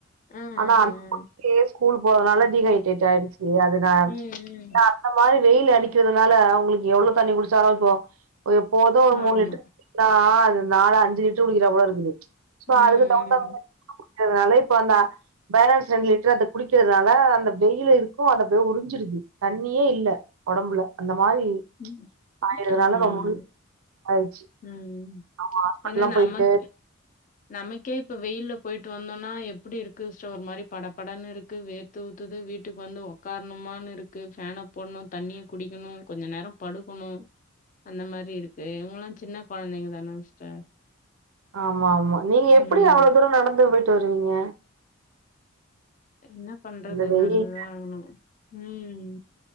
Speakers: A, on the left (about 35°); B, on the right (about 85°).
A: ஆ
B: ஆனா
A: ஆ
B: அந்த
A: ஆ
B: பொண்ணுக்கே ஸ்கூல் போறதுனால டீஹைட்ரேட் ஆயிடுச்சு அது ஏ
A: ம் ம்
B: இல்ல அந்த மாரி வெயில் அடிக்கிறதுனால உங்குளுக்கு எவ்ளோ தண்ணி குடிச்சாலு இப்போ ஒரு எப்போது ஒரு
A: ஆமா
B: மூணு லிட்ரு <inaudible> அது நாலு அஞ்சு லிட்ரு குடிக்கறா போல இருக்குது சோ
A: ம்
B: அதுக்கு தகுந்த மாரி தண்ணி குடிக்கறதுனால இப்ப அந்த பேலன்ஸ் ரெண்டு லிட்ரு அத குடிக்கறதுனால அந்த வெயில் இருக்கு அந்த அப்டியே உறிஞ்சிருது தண்ணியே இல்ல ஒடம்புல அந்த மாரி
A: ம்
B: ஆயிறதுனால
A: ஆமா
B: <inaudible>
A: ஆமா
B: முழு ஆயிருச்சு
A: ம்
B: ஆமா ஹாஸ்பிட்டல்லாம்
A: ஏன்னா நமக்
B: போய்டு
A: நமக்கே இப்ப வெயில்ல போய்டு வந்தோன்னா எப்படி இருக்கு சோ ஒரு மாதிரி படப்படன்னு இருக்கு வே த்து ஊத்துத்து வீட்டுக்கு வந்து உட்க்காரணுமானு இருக்கு ஃபேன போடணும் தண்ணிய குடிக்கணும் கொஞ்ச நேரம் படுக்கணும் அந்த மாதிரி இருக்கு இவங்கல்லாம் சின்ன குழந்தைங்க தான சிஸ்டர்.
B: ஆமா ஆமா நீங்க எப்டி
A: ம்.
B: அவ்வளவு தூரம் நடந்து போயிட்டு வருவீங்க
A: என்ன பண்றது
B: இந்த வெயில்
A: நடந்துதா ஆகணும் ம்